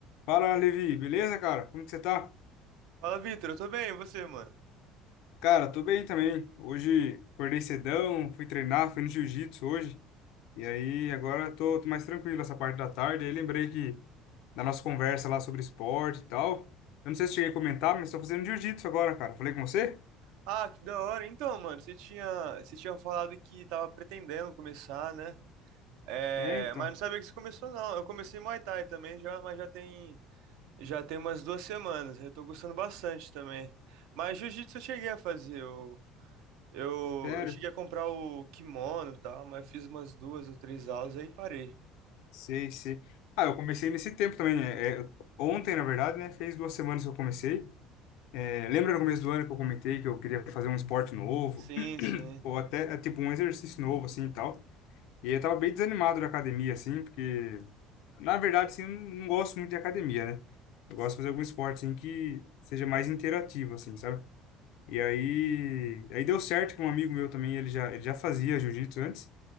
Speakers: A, on the left (about 75°); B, on the right (about 80°).
A: Fala, Levi, beleza, cara? Como que você tá?
B: Fala, Vitor, eu tô bem, e você, mano?
A: Cara, tô bem também. Hoje acordei cedão, fui treinar, fui no jiu-jitsu hoje. E aí agora tô, tô mais tranquilo essa parte da tarde. Aí lembrei que da nossa conversa lá sobre esporte e tal. Eu não sei se cheguei a comentar, mas tô fazendo jiu-jitsu agora, cara. Falei com você?
B: Ah, que da hora. Então, mano, você tinha, você tinha falado que tava pretendendo começar, né? É,
A: É, então.
B: mas não sabia que você começou, não. Eu comecei Muay Thai também já, mas já tem, já tem umas duas semanas. Eu tô gostando bastante também. Mas Jiu-Jitsu eu cheguei a fazer. Eu, eu,
A: Sério?
B: eu cheguei a comprar o kimono e tal, mas fiz umas duas ou três aulas aí parei.
A: Sei, sei. Ah, eu comecei nesse tempo também. É, é, ontem, na verdade, né? Fez duas semanas que eu comecei. É, lembra no começo do ano que eu comentei que eu queria fazer um esporte novo?
B: Sim, sim.
A: <clears throat> Ou até, é, tipo, um exercício novo, assim, e tal. E eu tava bem desanimado da academia, assim, porque, na verdade, assim, eu não não gosto muito de academia, né? Eu gosto de fazer algum esporte, assim, que seja mais interativo, assim, sabe? E aí, aí deu certo que um amigo meu também, ele já, ele já fazia jiu-jitsu antes,